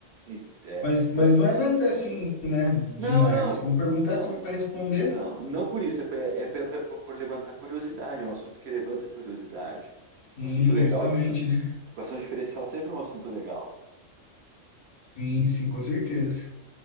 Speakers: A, on the right (about 65°); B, on the left (about 60°).
A: e- É,
B: Mas,
A: então...
B: mas não é nada assim, né? Demais.
A: Não, não,
B: Se vão perguntar,
A: não.
B: você vai responder?
A: Não, não por isso, é, pe- é pe- pe- por por levantar curiosidade, é um assunto que levanta curiosidade.
B: Sim,
A: É um assunto legal
B: justamente,
A: de estudar.
B: né?
A: Equação diferencial sempre é um assunto legal.
B: Sim, sim, com certeza.